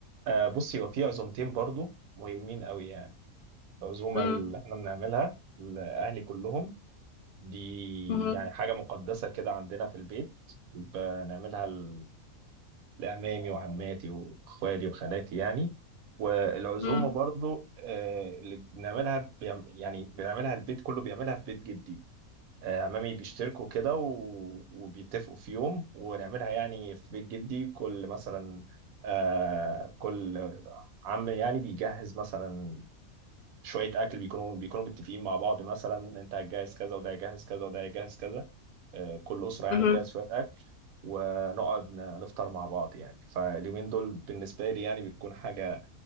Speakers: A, on the right; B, on the left.
A: آه، بصي هو في عزومتين برضو مهمين قوي يعني العزومة
B: امم
A: اللي احنا بنعملها لأهلي كلهم دي
B: امم
A: يعني حاجة مقدسة كده عندنا في البيت بنعملها ل- لأمامي وعماتي وإخوالي وخالاتي يعني والعزومة
B: امم
A: برضو آه، اللي بنعملها بيعم- يعني بنعملها البيت كله بيعملها في بيت جدي آه، عمامي بيشتركوا كده و- وبيتفقوا في يوم ونعملها يعني في بيت جدي كل مثلا آه، كل عم يعني بيجهز مثلا شويه اكل بيكونوا بيكونوا متفقين مع بعض مثلا انت هتجهز كذا وده هيجهز كذا وده هيجهز كذا آه، كل اسره يعني
B: امم
A: تجهز شويه اكل ونقعد ن- نفطر مع بعض يعني فاليومين دول بالنسبه لي يعني بتكون حاجه